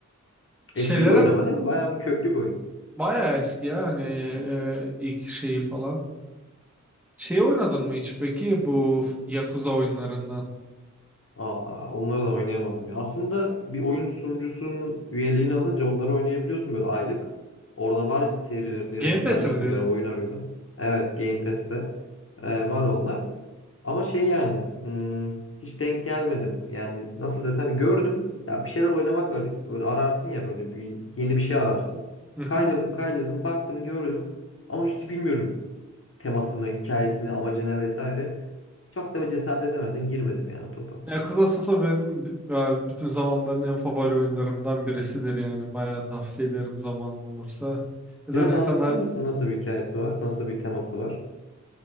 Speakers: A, in the centre; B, on the left.
A: Şeylere
B: Eski bir oyun
A: f-
B: ama değil mi? Bayağı bir köklü bir oyun.
A: bayağı eski ya hani e, ilk şeyi falan. Şey oynadın mı hiç peki bu f- Yakuza oyunlarından?
B: Aa, onları da oynayamadım ya. Aslında bir oyun sunucusunun üyeliğini alınca onları oynayabiliyorsun böyle aylık. Orada var serilerine
A: Game
B: denk
A: Pass'e
B: gelmiştim
A: mi diyorsun?
B: bir ara oyun arıyordum. Evet Game Pass'te e, var onlar. Ama şey yani hmm, hiç denk gelmedim. Yani nasıl desem gördüm. Ya bir şeyler oynamak ar- böyle ararsın ya böyle bir yeni bir şey ararsın.
A: Hı
B: Kaydırdım
A: hı.
B: kaydırdım baktım gördüm. Ama hiç bilmiyorum temasını, hikayesini, amacını vesaire. Çok da cesaret edemedim girmedim yani o topa.
A: Yakuza 0 benim b- ya bütün zamanların en favori oyunlarımdan birisidir yani. Bayağı tavsiye ederim zamanın olursa. E Zaten
B: Biraz anlatır
A: insanlar
B: mısın nasıl bir hikayesi var? Nasıl bir teması var?